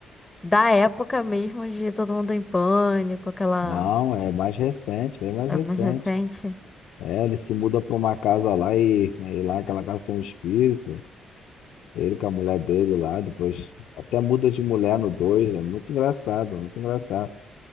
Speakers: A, on the left; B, on the left.
A: da época mesmo de Todo Mundo em Pânico, aquela.
B: Não, é mais recente, bem mais recente.
A: É mais recente.
B: É, ele se muda para uma casa lá e, e lá naquela casa tem um espírito. Ele com a mulher dele lá, depois até muda de mulher no dois, É muito engraçado, muito engraçado.